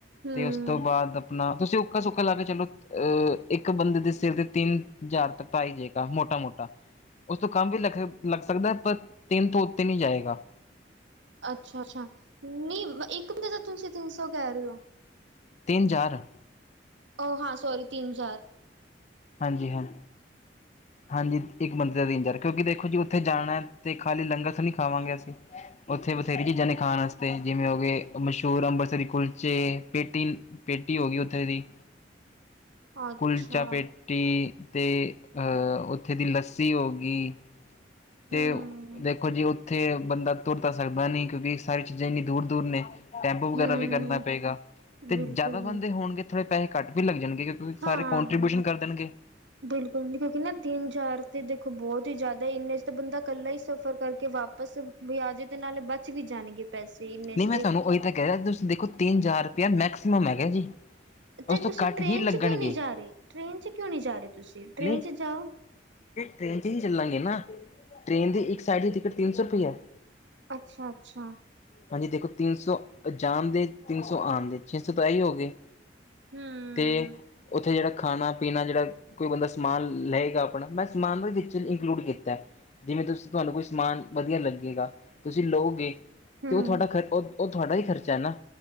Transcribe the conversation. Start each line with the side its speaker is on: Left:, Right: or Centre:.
Right: ਹੂੰ,
Left: ਤੇ ਉਸ ਤੋ ਬਾਅਦ ਆਪਣਾ ਤੁਸੀ ਉਕਾ ਸੁਕਾ ਲਾ ਕੇ ਚਲੋ ਅਹ ਇਕ- ਇੱਕ ਬੰਦੇ ਦੇ ਸਿਰ ਤੇ ਤਿੰਨ ਹਜ਼ਾਰ ਤ ਤਾਈ ਜੇਗਾ ਮੋਟਾ ਮੋਟਾ। ਉਸ ਤੋ ਕਮ ਵੀ ਲੱਗ ਸਕਦਾ ਪਰ ਤਿੰਨ ਤੋ ਉਤੇ ਨਹੀਂ ਜਾਏਗਾ।
Right: ਅੱਛਾ- ਅੱਛਾ ਨਹੀਂ ਇਕ ਮਹੀਨੇ ਦਾ ਤਾਂ ਤੁਸੀ ਤਿੰਨ ਸੌ ਕਹਿ ਰਹੇ ਹੋ।
Left: ਤਿੰਨ- ਚਾਰ।
Right: ਉਹ ਹਾਂ ਸੋਰੀ ਤਿੰਨ-ਚਾਰ
Left: ਹਾਂਜੀ ਹਾਂ- ਹਾਂਜੀ ਇਕ ਬੰਦੇ ਦਾ ਦਿਨਚਾਰ ਕਿਉਕਿ ਦੇਖੋ ਜੀ ਉਥੇ ਜਾਣਾ ਤੇ ਖਾਲੀ ਲੰਗਰ ਨੀ ਖਾਵਾਂਗੇ ਅਸੀ- ਉਥੇ ਬਥੇਰੀ ਚੀਜਾ ਨੇ ਖਾਨ ਵਾਸਤੇ ਜਿਵੇ ਹੋ ਗਏ ਮਸ਼ਹੂਰ ਅੰਬਰਸਰੀ ਕੁਲਚੇ ਪੇਟੀਜ- ਪੇਟੀ ਹੋ ਗਈ ਉੱਥੇ ਦੀ।
Right: ਅੱਛਾ।
Left: ਕੁੱਲਚਾ ਪੇਟੀ ਤੇ ਅਹ ਉੱਥੇ ਦੀ ਲੱਸੀ ਹੋ ਗਈ। ਤੇ
Right: ਹੂੰ,
Left: ਦੇਖੋ ਜੀ ਉੱਥੇ ਬੰਦਾ ਤੁਰ ਤਾਂ ਸਕਦਾ ਨਹੀਂ ਕਿਉਂਕਿ ਸਾਰੀ ਚੀਜ਼ਾਂ ਇੰਨੀ ਦੂਰ, ਦੂਰ ਨੇ ਟੈਂਪੂ ਵਗੈਰਾ
Right: ਹੂੰ
Left: ਵੀ ਕਰਨਾ ਪਏਗਾ, ਤੇ
Right: ਬਿਲਕੁਲ-ਬਿਲਕੁਲ
Left: ਜ਼ਿਆਦਾ ਬੰਦੇ ਹੋਣਗੇ ਥੋੜੇ ਪੈਸੇ ਘੱਟ ਵੀ ਲੱਗ ਜਾਣਗੇ ਕਿਉਂ।
Right: ਹਾਂ।
Left: ਸਾਰੇ ਕੋਂਟਰੀਬਿਊਸ਼ਨ ਕਰ ਦੇਣਗੇ।
Right: ਬਿਲਕੁਲ! ਕਿਉਂਕਿ ਨਾ ਤਿੰਨ- ਚਾਰ ਤੇ ਦੇਖੋ, ਬਹੁਤ ਹੀ ਜ਼ਿਆਦਾ ਇੰਨੇ ਚ, ਤਾਂ ਬੰਦਾ ਇਕੱਲਾ ਹੀ ਸਫ਼ਰ ਕਰਕੇ ਵਾਪ ਬਸ ਕੋਈ ਆਜੇ ਤੇ ਨਾਲੇ ਬਚ ਵੀ ਜਾਣਗੇ। ਪੈਸੇ ਇੰਨੇ
Left: ਨਹੀਂ
Right: ਚ
Left: ਮੈਂ
Right: ਤੇ
Left: ਤੁਹਾਨੂੰ ਉਹੀ ਤਾਂ ਕਹਿ ਰਿਹਾ, ਤੁਸੀਂ ਦੇਖੋ ਤਿੰਨ -ਹਜ਼ਾਰ ਰੁਪਇਆ ਮੈਕਸੀਮਮ ਹੈਗਾ ਜੀ।
Right: ਅਤੇ
Left: ਉਸ ਤੋਂ
Right: ਤੁਸੀਂ
Left: ਘੱਟ
Right: ਟ੍ਰੇਨ
Left: ਹੀ ਲੱਗਣਗੇ
Right: 'ਚ ਕਿਉਂ ਨਹੀਂ ਜਾ ਰਹੇ, ਟ੍ਰੇਨ 'ਚ ਕਿਉਂ ਨਹੀਂ ਜਾ ਰਹੇ, ਤੁਸੀਂ ਟ੍ਰੇਨ
Left: ਨਹੀਂ
Right: 'ਚ ਜਾਓ।
Left: ਟ੍ਰੇਨ ਤੇ ਹੀ ਚੱਲਾਂਗੇ, ਨਾ ਟ੍ਰੇਨ ਦੀ ਇੱਕ ਸਾਈਡ ਦੀ ਟਿਕਟ ਤਿੰਨ ਸੌ ਰੁਪਈਆ ਹੈ।
Right: ਅੱਛਾ ਅੱਛਾ
Left: ਹਾਂਜੀ। ਦੇਖੋ, ਤਿੰਨ ਸੌ ਜਾਣਦੇ, ਤਿੰਨ ਸੌ ਆਉਣ ਦੇ ਛੇ ਸੌ ਤਾਂ ਇਹੀ ਹੋ ਗਏ।
Right: ਹਮ
Left: ਤੇ ਉੱਥੇ ਜਿਹੜਾ ਖਾਣਾ ਪੀਣਾ ਜਿਹੜਾ ਕੋਈ ਬੰਦਾ ਸਮਾਨ ਲਏਗਾ ਆਪਣਾ, ਮੈਂ ਸਮਾਨ ਵਿੱਚ ਇੰਕਲੂਡ ਕੀਤਾ। ਜਿਵੇਂ ਤੁਸੀਂ ਤੁਹਾਨੂੰ ਕੋਈ ਸਮਾਨ ਵਧੀਆ ਲੱਗੇਗਾ। ਤੁਸੀਂ ਲਓਗੇ
Right: ਹਮ
Left: ਤੇ ਉਹ ਤੁਹਾਡਾ ਖਰ ਉਹ ਤੁਹਾਡਾ ਹੀ ਖਰਚਾ ਨਾ।